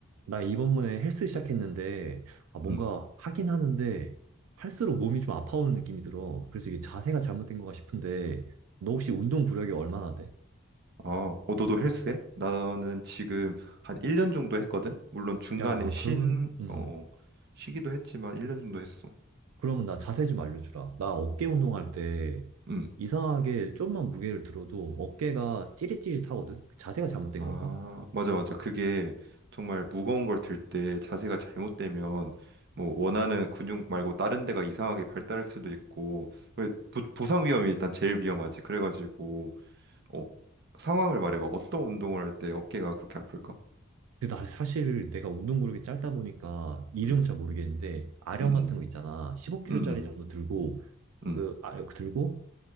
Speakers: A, on the right (about 80°); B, on the right (about 55°).
A: 나 이번에 헬스 시작했는데, 아, 뭔가
B: 음.
A: 하긴 하는데, 할수록 몸이 좀 아파오는 느낌이 들어. 그래서 이게 자세가 잘못된 건가 싶은데, 너 혹시 운동 구력이 얼마나 돼?
B: 어, 어, 너도 헬스해? 나는 지금 한 1년 정도 했거든? 물론 중간에
A: 야,
B: 쉰,
A: 그러면, 음,
B: 어, 쉬기도 했지만 1년 정도 했어.
A: 그러면 나 자세 좀 알려주라. 나 어깨 운동할 때,
B: 음.
A: 이상하게 좀만 무게를 들어도 어깨가 찌릿찌릿하거든? 그 자세가 잘못된
B: 아,
A: 걸까?
B: 맞아, 맞아. 그게 정말 무거운 걸 들 때 자세가 잘못되면 뭐 원하는 근육 말고 다른 데가 이상하게 발달할 수도 있고, 왜 부, 부상 위험이 일단 제일 위험하지. 그래가지고, 어, 상황을 말해봐. 어떤 운동을 할 때 어깨가 그렇게 아플까?
A: 근데 나 사실 내가 운동 구력이 짧다 보니까 이름
B: 음,
A: 잘 모르겠는데, 아령
B: 음,
A: 같은
B: 음,
A: 거 있잖아. 15kg짜리
B: 음,
A: 정도 들고,
B: 음,
A: 그, 아, 그 들고,